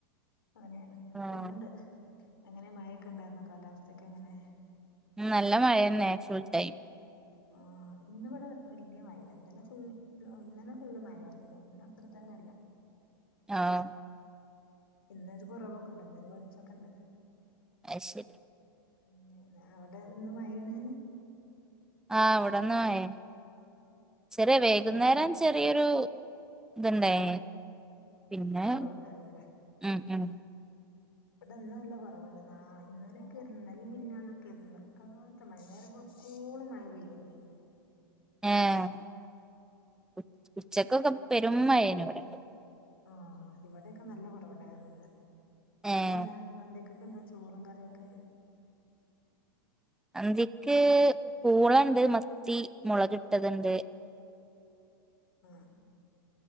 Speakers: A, on the left; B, in the centre.
A: അങ്ങനെ
B: ആഹ്
A: പോണ്ണ്ട് അങ്ങനെ മയൊക്കെ ഉണ്ടായിരുന്നോ? കാലാവസ്ഥക്കെ എങ്ങനെ?
B: ഉം നല്ല മഴന്നെ ഫുൾ ടൈം
A: ആഹ് ഇന്ന് ഇവിടെ വല്യ മയല്ലാ ഇന്നലെ ഫുൾ <unintelligible> ഇന്നലെ ഫുള്ള് മഴായിര്ന്നു ഇന്ന് അത്ര തന്നെല്ല
B: ആഹ്.
A: ഇന്നൊരു കൊറവൊക്കെണ്ട് ഇന്നൊരു വെള്ച്ചൊക്കെണ്ട്
B: അയ്ശെരി.
A: മ്മ് അവിടെ ഇന്ന് മയെണ്
B: ആഹ് ഇവടെന് മഴെന് ചെറിയെ
A: ഇടക്കൊന്ന്
B: വൈകുന്നേരം ചെറിയൊരു ഇത്ണ്ടായിനി പിന്നെ
A: കുറവുണ്ടായിരുന്നല്ലേ
B: ഉം ഉം
A: ഇവിടെന്ന് നല്ല കുറവുണ്ട് ന ഇന്നലെക്കെ ഇരുന്നൽും മെ ന്നെന്നൊക്കെ നിക്കാ കത്ത മയാ നേരവെളുകോള മയാ പെയ്യന്നെയിനി
B: എഹ് ഉ ഉച്ചക്കൊക്കെ പെരുമയന് ഇവിടെ
A: ആഹ് ഇവിടെയൊക്കെ നല്ല കുറവുണ്ടായിരുന്നുന്ന്
B: ഏഹ്
A: ഇന്നലെ എന്താ അന്തിക്കൊക്കെ എന്താ ചോറും കറിയൊക്കെ
B: അന്തിക്ക് പൂളണ്ട് മത്തി മുളകിട്ടതുണ്ട് <inaudible>
A: ആഹ്